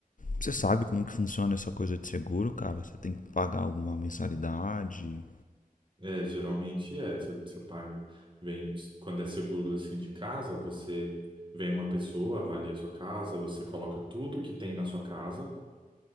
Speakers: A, on the left; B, on the right.
A: você sabe como que funciona essa coisa de seguro, cara? Você tem que pagar alguma mensalidade,
B: É, geralmente é, você, você paga, vem, quando é seguro assim de casa, você vem uma pessoa, avalia a sua casa, você coloca tudo que tem na sua casa,